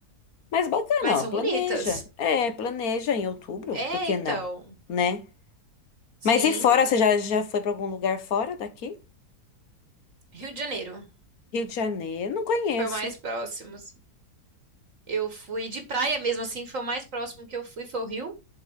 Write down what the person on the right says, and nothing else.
Mas são
bonitas.
É,
então.
Sim,
Rio de Janeiro.
Foi o mais próximo. assim. Eu fui de praia mesmo, assim, foi o mais próximo que eu fui, foi o Rio.